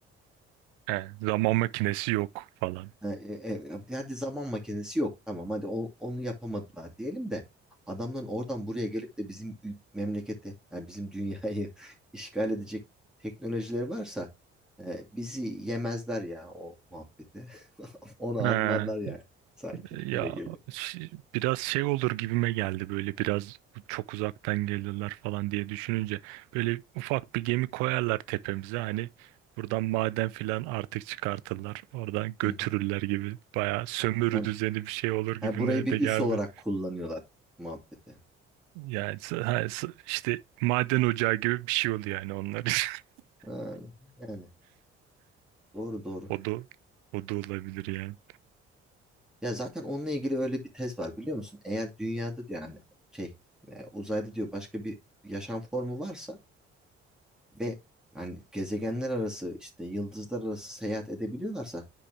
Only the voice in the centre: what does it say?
E, e, e, hadi zaman makinesi yok. Tamam hadi o- onu yapamadılar diyelim de adamların oradan buraya gelip de bizim ü- memleketi, yani bizim dünyayı <laughs> işgal edecek teknolojileri varsa e, bizi yemezler ya o muhabbeti. <laughs> Onu anlarlar
yani. Sanki
gitme geliyor.
Hı hı.
Yani,
yani burayı bir
üs
olarak kullanıyorlar muhabbeti.
Ha, yani doğru doğru.
Ya zaten onunla ilgili öyle bir tez var biliyor musun? Eğer dünyada diyor yani şey e, uzayda diyor başka bir yaşam formu varsa ve hani gezegenler arası işte yıldızlar arası seyahat edebiliyorlarsa